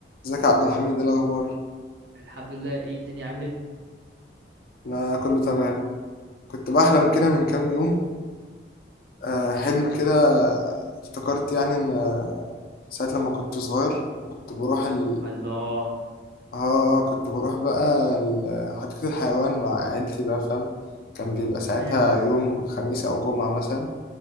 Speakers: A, on the left; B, on the right.
A: ازيك يا عبد الحميد ايه الاخبار
B: الحمد لله ايه الدنيا عامل ايه
A: انا كله تمام كنت بحلم كده من كام يوم آه، حلم كده افتكرت يعني ان آه، ساعة لما كنت صغير وكنت بروح ال...
B: الله
A: اه كنت بروح بقى ال- حديقة الحيوان مع عيلتي بقى فاهم كان بيبقى ساعتها
B: مم.
A: يوم خميس او جمعة مثلا